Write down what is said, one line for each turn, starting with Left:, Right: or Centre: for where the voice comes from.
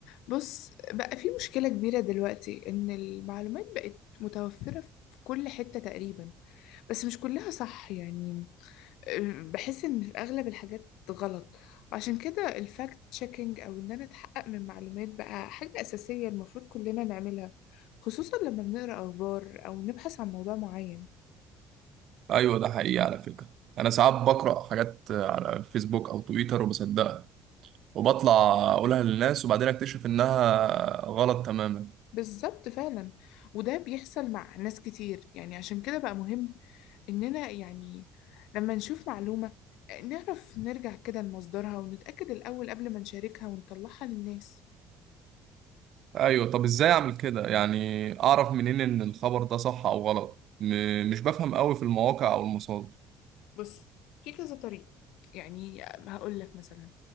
Left: بص بقى في مشكلة كبيرة دلوقتي إن المعلومات بقت متوفرة في كل حتة تقريبا بس مش كلها صح يعني أه، بحس إن في أغلب الحاجات غلط وعشان كده الفاكت تشيكينج أو إن أنا أتحقق من معلومات بقى حاجة أساسية المفروض كلنا نعملها خصوصا لما بنقرأ أخبار أو نبحث عن موضوع معين
Right: ايوه ده حقيقي على فكره انا ساعات بقرا حاجات على الفيسبوك او تويتر وبصدقها وبطلع اقولها للناس وبعدين اكتشف انها غلط تماما
Left: بالظبط فعلا وده بيحصل مع ناس كتير يعني عشان كده بقى مهم إننا يعني لما نشوف معلومة نعرف نرجع كده لمصدرها ونتأكد الأول قبل ما نشاركها ونطلعها للناس
Right: ايوه طب ازاي اعمل كده يعني اعرف منين ان الخبر ده صح او غلط م- مش بفهم قوي في المواقع او المصادر
Left: بص في كذا طريقة يعني هقول لك مثلا